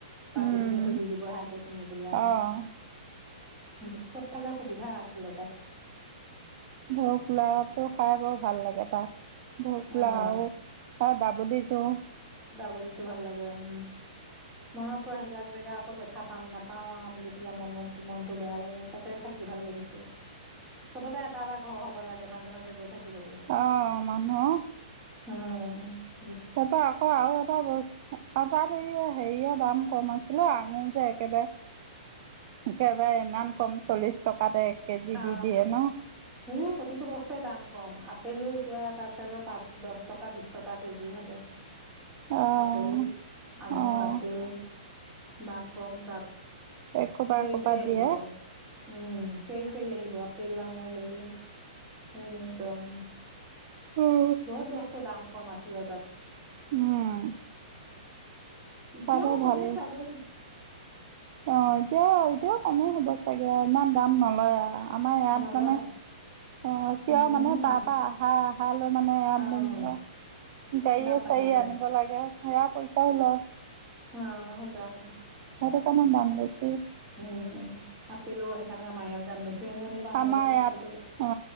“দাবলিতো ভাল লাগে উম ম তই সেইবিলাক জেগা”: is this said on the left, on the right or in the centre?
Right